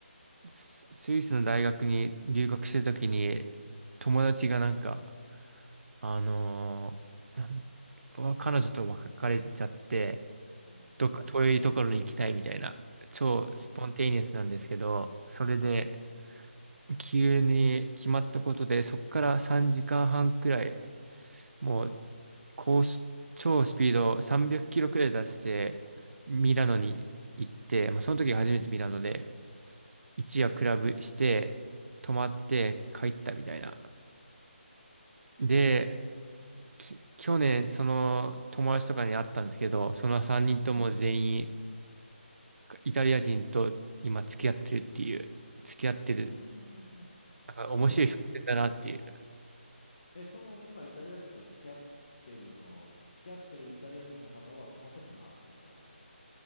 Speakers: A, on the right (about 80°); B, on the left (about 35°).
A: ススイスの大学に留学してるときに、友達がなんか、あのーなんわ彼女と別れちゃって、
B: うん。
A: どっか遠いところに行きたいみたいな、超スポンテイニアスなんですけど、
B: うん。
A: それで、急に決まったことで、そこから3時間半くらい、もう、高速、超スピード300キロくらい出して、ミラノに行って、まあ、その時が初めてミラノで、一夜クラブして、泊まって帰ったみたいな。で、き去年、その友達とかに会ったんですけど、その3人とも全員、
B: うん
A: イタリア人と今付き合ってるっていう、付き合ってる、
B: <laughs>
A: なんか面白い伏線だなっていう。
B: そうなんだ。え、その、今、イタリア人と付き合ってる、その、付き合ってるイタリア人の方は、その時に会った人なの